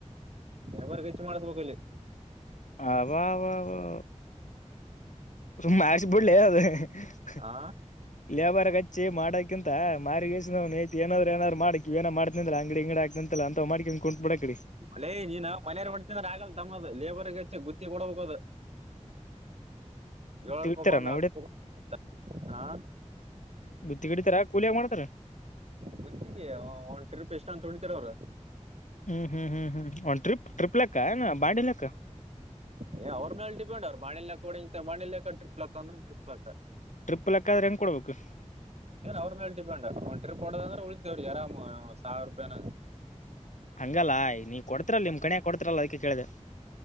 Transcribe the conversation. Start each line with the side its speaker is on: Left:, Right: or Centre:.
Right: ಯಾವಾರ ಹೆಚ್ಚು ಮಾಡಸ್ಬೇಕು ಇಲ್ಲಿ.
Left: ಅ ವಾ ವ ವಾ ಸುಮ್ನೆ ಮಾಡಾಸಿ ಬುಡ್ ಲೇ ಅದೇ ಹ ಹ
Right: ಹಾ
Left: ಲೇಬರ್ ಗೆ ಹಚ್ಚಿ ಮಾಡಕಿಂತ ಮಾರ್ಗೀಸನೌನ ಹೆಂಡ್ತಿ ಏನಾದರೂ ಏನಾದ್ರೂ ಮಾಡಕಿ ಏನಾರ ಮಾಡದನಂದ್ರೆ ಅಂಗಡಿ ಗಿಂಗಡಿ ಹಾಕ್ ಲ್ಲ ಅಂತ ಮಾಡ್ಕೊಂಡು ಕುಂತ ಬಿಡಕ್ ಹೇಳಿ
Right: ಲೇ ನೀನ್ ಮನೆಯಾರ್ ಮಾಡ್ತನಂದ್ರ ಆಗಲ್ ತಮ್ಮದ್ ಲೇಬರ್ಗೆಚ್ಚ ಗುತ್ತಿ ಕೊಡಬೇಕು ಅದು ಏಳ
Left: ತಿಗಿತಾರ
Right: ರೂಪಾಕ್ ಒಂದು
Left: ನೋಡಿ
Right: ಹತ್ತು ರೂಪಾಯಿಕ್ ಒಂದ್ ಹಾ
Left: ಗುತ್ತಿ ಗಿಡಿತಾರಾ ಕೂಲಿಯಾರ್ ಮಾಡ್ತಾರ.
Right: ಗೂತ್ತಿಗೆ ಒನ್ ಟ್ರಿಪ್ ಎಷ್ಟ ಅಂತ ಹೊಡಿತಾರ ಅವರು
Left: ಹ್ಮ್ ಹ್ಮ್ ಹ್ಮ್ ಹ್ಮ್ ಓನ್ ಟ್ರಿಪ್ ಟ್ರಿಪ್ ಲೆಕ್ಕ ಏನ ಬಾಡಿ ಲೆಕ್ಕ.
Right: ಏನ್ ಅವ್ರ ಮ್ಯಾಲ ಡಿಟಟ್ಟಪೆಂಡ್ ಅವರು ಬಾಣಿಲೆಕ್ಕ ಅಂದ್ರ ಬಾಣಿಲೆಕ್ಕ ಟ್ರಿಪ್ಪ್ಲ ಲೆಕ್ಕ ಅಂದ್ರ ಟ್ರಿಪ್ಪ್ ಲೆಕ್ಕ
Left: ಟ್ರಿಪ್ ಲೆಕ್ಕ ಅಂದ್ರೆ ಹೆಂಗ್ ಕೊಡ್ಬೇಕು.
Right: ಏನ್ ಅವರು ಮೇಲೆ ಡಿಪೆಂಡ್ ಓನ್ ಟ್ರಿಪ್ ಹೊಡೋದು ಅಂದ್ರೆ ಉಳಿತಿ ಅವರಿಗೆ ಅರಾಮ ಒಂದು ಸಾವಿರ ರೂಪಾಯಿ ಏನೋ
Left: ಹಂಗಲ್ಲ ನೀ ಕೊಡ್ತಿರಲ್ಲ ನಿಮ್ಮ ಕಡೆ ಕೊಡ್ತಿರಲ್ಲ ಅದಕ್ಕೆ ಕೇಳದೆೆ.